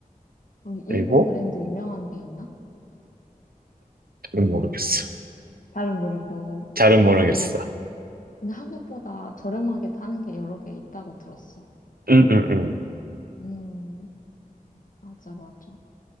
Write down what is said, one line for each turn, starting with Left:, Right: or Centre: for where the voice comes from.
Left: 여기 일본
Right: 그리고
Left: 브랜드 유명한 게 있나?
Right: 잘은 모르겠어.
Left: 잘은 모르고.
Right: 잘은 모르겠어.
Left: 근데, 이- 근데 한국보다 저렴하게 파는 게 여러 개 있다고 들었어.
Right: 응, 응, 응,
Left: 음, 맞아, 맞아.